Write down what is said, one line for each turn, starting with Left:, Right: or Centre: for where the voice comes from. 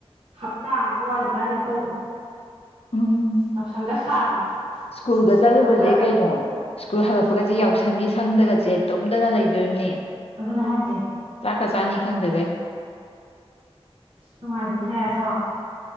Right: ꯍꯞꯇꯥ ꯑꯃꯒ ꯋꯥꯠꯂꯤꯀꯥꯟꯗꯒꯤ ꯇꯧꯗ꯭ꯔꯣ
Left: ꯎꯝ
Right: ꯌꯥꯎꯁꯪꯒ ꯁꯥꯗꯅ
Left: ꯁ꯭ꯀꯨꯜꯒ ꯆꯠꯂꯨꯕꯁꯦ
Right: ꯌꯦꯟꯗꯧꯒ
Left: ꯀꯩꯅꯣ ꯁ꯭ꯀꯨꯜ ꯍꯜꯂꯛꯄꯒꯁꯦ ꯌꯥꯎꯁꯪꯒꯤ ꯁꯪꯗꯒꯁꯦ ꯇꯨꯝꯗꯅ ꯂꯩꯗꯣꯏꯅꯦ
Right: ꯑꯗꯨꯅꯦ ꯍꯥꯏꯁꯦ
Left: ꯆꯥꯛꯀꯥ ꯆꯥꯅꯤ ꯈꯪꯗꯈꯩꯢ
Right: ꯅꯨꯡꯉꯥꯏꯕꯅꯤꯍꯦ ꯑꯗꯣ